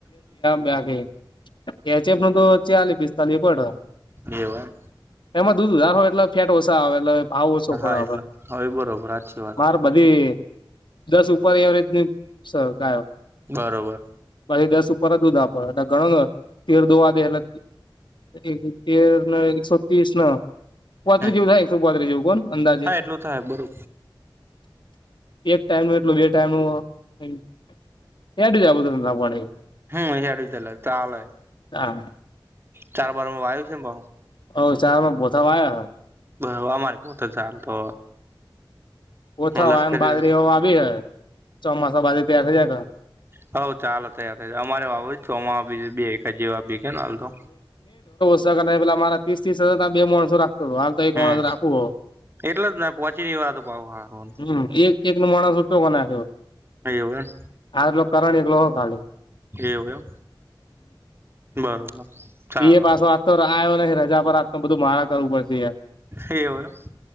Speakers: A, on the left (about 65°); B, on the right (about 25°).
A: બાકી એચફ ન તો ચાલી પિસ્તાલી પડ.
B: એવું એમ.
A: એમાં દૂધ વધારો એટલે ફેટ ઓછા આવે એટલે ભાવ ઓછો
B: હા
A: પડે
B: હા
A: આપડે
B: એટલે હવે બરોબર હાચી વાત
A: માર બધી દસ ઉપર એવરેજની સ ગાયો.
B: બરોબર.
A: પાહિ દસ ઉપર જ દુંધ આપો એટલે ઘણો તેર દોવ આગે એટલે એક તેર ના એકસો ત્રીસ ના. પાત્રી
B: હમ
A: જેવુ થાય એકસો પાત્રી જેવું કોણ અંદાજે.
B: હા, એટલું થાય બરો
A: એક ટાઈમ નું એટલ બે ટાઈમ નું એડ જાએ બધું લાગવાન.
B: હમ્મ, હેડુ તલે ચાલે
A: હા
B: ચાર બારમાં વાયુ છે એ ભ
A: અહ ચારામાં પોથા આવ્યા હ.
B: બ અમારે પોતે જાલ તો.
A: ઓછા
B: હું લશ્કરી
A: વાયન બાજરી એ આવી હ ચોમાસા બાદ એથી જાય.
B: હઉ ચાલો થયાાર થયા અમારે વાપ ચોમાી બે એક જેવા બીખે ના હાલ તો.
A: જા કરે પેલા મારા ત્રીસ તસજાર બે માણસો રાખતો હતો હ. તા એક
B: હમ
A: માણસ રાખું
B: એટલે જ ને પહોંચી ની વાર તો પાવ હારું
A: હમ્મ એક. એક નો માણસ ઉટો કો નાખ્યો.
B: આયો એમ.
A: આજલો કરણ એકલો હો ખાલે.
B: એવું એમ બરોબર. ચાલો
A: એ પાછો આતો આવ્યો નથી રજા પર આતો બધું મારા કરવું પડતી હે.
B: એવું હે.